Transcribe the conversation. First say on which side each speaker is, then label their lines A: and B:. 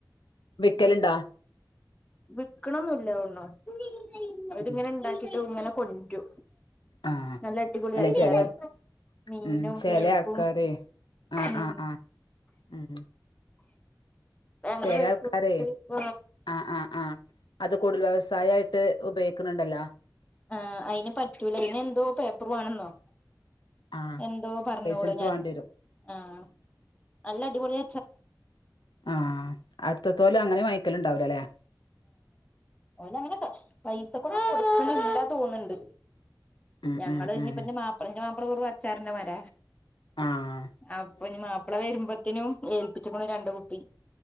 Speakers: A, on the left (about 80°); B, on the left (about 15°).
A: വിക്കലുണ്ടോ
B: ഉം വിക്കണന്നുല്ല തോന്നുണു അവരിങ്ങനെ
A: ഉം
B: ണ്ടാക്കിട്ട് ഇങ്ങനെ കൊന്ട്രു.
A: ആഹ്
B: നല്ല അടിപൊളി
A: അല്ലെ
B: അച്ഛാറ
A: ചെലർ
B: മീനും
A: ഉം ചെല
B: ബീഫും
A: ആൾക്കാരെ ആഹ്
B: ഉം
A: ആഹ് ആഹ് ഉം
B: ഭയങ്കര
A: ചെല
B: പൈസ
A: ആൾക്കാരെ
B: കൊടുത്തിട്ട് ഇപ്പ
A: ആഹ് ആഹ് ആഹ് അത് കൂടുതൽ വ്യവസായ ആയ്ട്ട് ഉപയോഗിക്കുന്നുണ്ടല്ലോ?
B: ആ അയിന് പറ്റൂല ഞ്ഞി എന്തോ പേപ്പർ വേണെന്നോ.
A: ആഹ്
B: എന്തോ പറഞ്ഞോളു
A: ലൈസൻസ്
B: ഞാൻ
A: വേണ്ടി വരും
B: ആഹ് നല്ല അടിപൊളിയ
A: ആഹ അടുത്തത്തോലു അങ്ങനെ വങ്ങിക്കല ഉണ്ടാവൂലല്ലേ?
B: ഓലങ്ങനെ പൈസക്കൊ ഒന്നും കൊട്‌ക്ക്നില്ല തോന്നുണ്ട്.
A: ഉം
B: ഞങ്ങള്ൾ
A: ഉം ഉം
B: ഞ്ഞിപ്പന്റെ മാപ്പിളന്നെ ന്റെ മാപ്പളാ അച്ചാറിന്റെ മര
A: ആഹ്
B: അപ്പൊ ഇനി മാപ്പിള വരുമ്പോത്തേനും ഏൽപ്പിചുക്ക്ണ് രണ്ട് കുപ്പി.